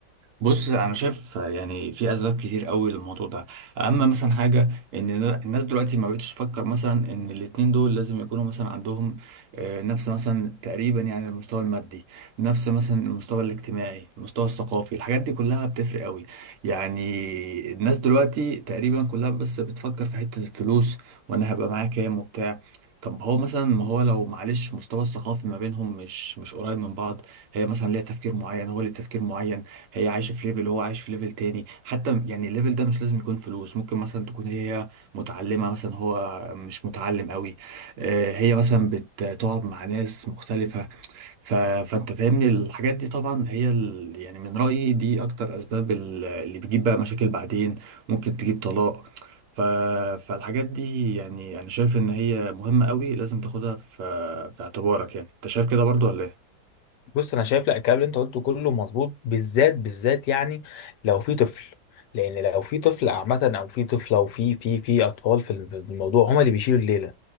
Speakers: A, on the right; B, on the left.
A: بص انا شايف يعني في اسباب كتير قوي للموضوع ده اما مثلا حاجه ان الناس دلوقتي ما بقتش تفكر مثلا ان الاتنين دول لازم يكونوا مثلا عندهم آه، نفس مثلا تقريبا يعني المستوى المادي نفس مثلا المستوى الاجتماعي المستوى الثقافي الحاجات دي كلها بتفرق قوي يعني الناس دلوقتي تقريبا كلها بس بتفكر في حته الفلوس وانا هبقى معايا كام وبتاع طب هو مثلا ما هو لو معلش مستوى الثقافي ما بينهم مش مش قريب من بعض هي مثلا ليها تفكير معين هو ليه تفكير معين هي عايشة في ليفل وهو عايش في ليفل تاني حتى يعني الليفل ده مش لازم يكون فلوس ممكن مثلا تكون هي متعلمة مثلا هو مش متعلم قوي آه، هي مثلا بتقعد مع ناس مختلفة ف... فانت فاهمني الحاجات دي طبعا هي ال... يعني من رأيي دي اكتر اسباب ال- اللي بتجيب بقى مشاكل بعدين ممكن تجيب طلاق ف... فالحاجات دي يعني انا شايف ان هي مهمة قوي لازم تاخدها في في اعتبارك يعني انت شايف كده برضو ولا إيه؟
B: بص انا شايف لا الكلام اللي انت قلته كله مظبوط بالذات بالذات يعني لو في طفل لان لو في طفل عامه او في طفله او في في في اطفال في الموضوع هما اللي بيشيلوا الليله